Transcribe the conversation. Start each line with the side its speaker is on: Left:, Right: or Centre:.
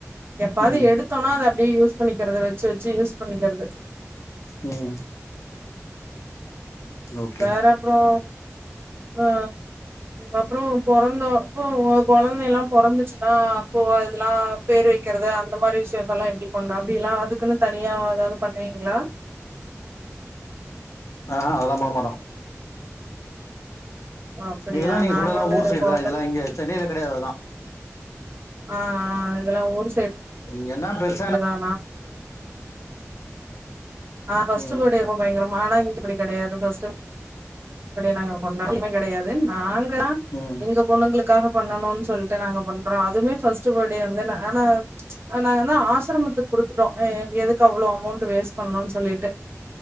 Right: எப்பயாது
Left: ம்
Right: எடுத்தோனா அத அப்படியே யூஸ் பண்ணிக்கிறது வச்சு வச்சு யூஸ் பண்ணிக்கிறது
Left: ம் ஓகே
Right: வேற அப்றோ அ அப்றோ பொறந்தப்போ குழந்தை எல்லா பொறந்துச்சுன்னா அப்போ இதெல்லா பேர் வைக்கிறது அந்த மாதிரி விஷ்யோ அதெல்லா எப்டி கொண்டா அப்டில்லா அதுக்குன்னு தனியா ஏதாவ்து பண்ணுவீங்ளா
Left: ஆ அதல்லா பண்ண மாட்டோ
Right: ஓ அப்டியா
Left: இதெல்லா நீங்க
Right: நாங்க
Left: சொல்றதுலா
Right: வந்து
Left: ஊர் சைடு
Right: கொழந்த
Left: தா இதெல்லா இங்க சென்னையில கெடையாது அதுல்லா
Right: அ அ இதெல்லா ஊர் சைடு
Left: இங்க என்ன பெரு
Right: <unintelligible> நா ஃபஸ்ட்டு
Left: ம்
Right: பேர்டே அப்போ பயங்ரமான ஆனா இப்டி கெடையாது ஃபஸ்ட்டு நாங்க கொண்டாடுனதுமே கெடையாது நாங்க தா
Left: ம்
Right: எங்க பொண்ணுங்களுக்காக பண்ணணு சொ சொல்ட்டு நாங்க பண்றோ அதுவ்மே ஃபஸ்ட் பேர்டோ வந்து ஆனா நா வந்து ஆசிரமத்துக்கு குடுத்துட்டோ எ எதுக்கு அவ்ளோ அமௌண்ட் வேஸ்ட் பண்ணணுன் சொல்லிட்டு